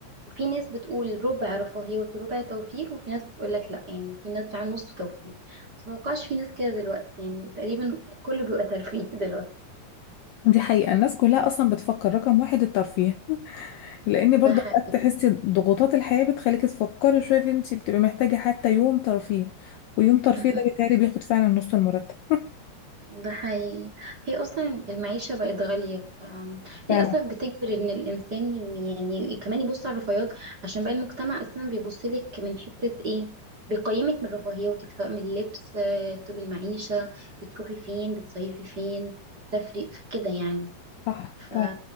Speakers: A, on the right (about 30°); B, on the left (about 90°).
A: في ناس بتقول ربع رفاهيات وربع توفير وفي ناس بتقول لك لا يعني في ناس بتعمل نص توفير بس ما اتوقعش في ناس كده دلوقتي يعني تقريبا كله بيبقى ترفيه <laughs> دلوقتي
B: دي حقيقة الناس كلها اصلا بتفكر رقم واحد الترفيه لان
A: ده
B: برضه
A: حقيقي
B: اوقات تحسي ضغوطات الحياه بتخليكي تفكري شويه في انت بتبقي محتاجه حتى يوم ترفيه ويوم ترفيه
A: <laughs>
B: ده بيتهيألي بياخد فعلا نص المرتب
A: ده حقيقي هي اصلا المعيشه بقت غاليه
B: <laughs> فعلا
A: للاسف بتجبر ان الانسان يعني كمان يبص على الرفاهيات عشان بقى المجتمع اصلا بيبص لك من حته ايه بيقيمك من رفاهياتك سواء من اللبس آه، طب المعيشه بتروحي فين بتصيفي فين بتفرق في كده يعني
B: صح
A: ف...
B: فعلا